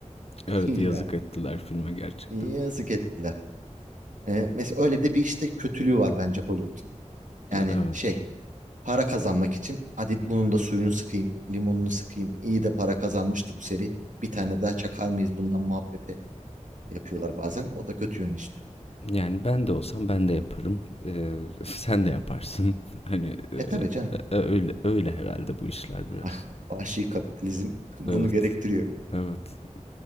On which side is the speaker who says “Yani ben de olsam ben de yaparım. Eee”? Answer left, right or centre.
Left